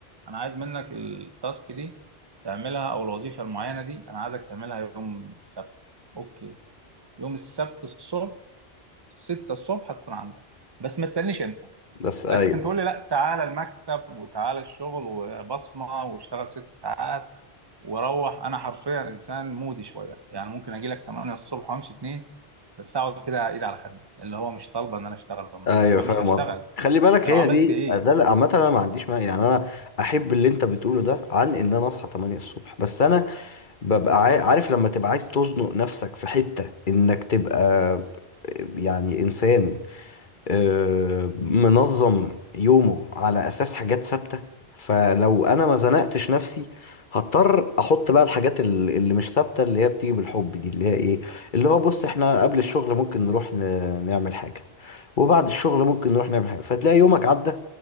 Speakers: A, on the right; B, on the left.
A: انا عايز منك التاسك دي تعملها او الوظيفه المعينه دي انا عايزك تعملها يوم السبت اوكي يوم السبت الصبح 6 الصبح هتكون عندك بس ما تسألنيش امتى
B: بس ايوه
A: لكن تقول لي لا تعالى المكتب وتعالى الشغل وبصمة واشتغل ست ساعات واروح انا حرفيا انسان مودي شويه يعني ممكن اجي لك 8 الصبح وامشي 2 بس اقعد كده ايد على خدمي اللي هو مش طالبه ان انا اشتغل النهارده
B: ايوه
A: فمش
B: فاهم
A: هشتغل
B: قصدي خلي بالك
A: انت لو
B: هي
A: عملت
B: دي
A: ايه
B: ده عامه انا ما عنديش مانع يعني انا احب اللي انت بتقوله ده عن ان انا اصحى 8 الصبح بس انا ببقى عا- عارف لما تبقى عايز تزنق نفسك في حته انك تبقى يعني انسان آه، منظم يومه على اساس حاجات ثابته فلو انا ما زنقتش نفسي هضطر احط بقى الحاجات ال- اللي مش ثابته اللي هي بتيجي بالحب دي اللي هي ايه اللي هو بص احنا قبل الشغل ممكن نروح ن- نعمل حاجه وبعد الشغل ممكن نروح نعمل حاجه فتلاقي يومك عدى